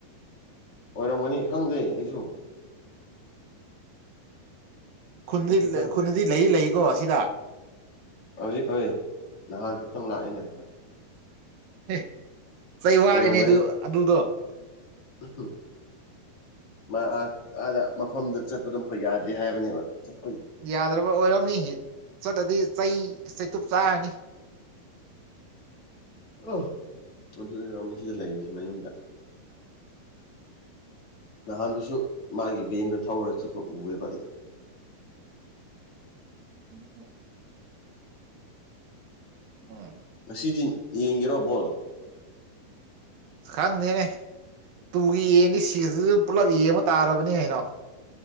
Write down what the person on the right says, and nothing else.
ꯈꯨꯟꯗꯗꯤ
ꯈꯨꯟꯗꯗꯤ ꯂꯩꯌ‌ꯦ ꯂꯩ‌ꯌ‌ꯦꯀꯣ ꯁꯤꯗ
ꯑꯦ ꯆꯩ ꯋꯥꯠꯂꯤꯅꯦ
ꯑꯗꯨ ꯑꯗꯨꯗꯣ
ꯌꯥꯗ꯭ꯔꯕ ꯑꯣꯏꯔꯝꯅꯤ ꯆꯠꯂꯗꯤ ꯆꯩ ꯆꯩꯇꯨꯞ ꯆꯥꯔꯅꯤ
<unintelligible> ꯎꯝ
ꯈꯪꯗꯦꯅꯦ ꯇꯨꯒꯤ ꯌꯦꯡꯉꯗꯤ ꯁꯤꯁꯨ ꯄꯨꯜꯂꯞ ꯌꯦꯡꯕ ꯇꯥꯔꯕꯅꯤ ꯀꯩꯅꯣ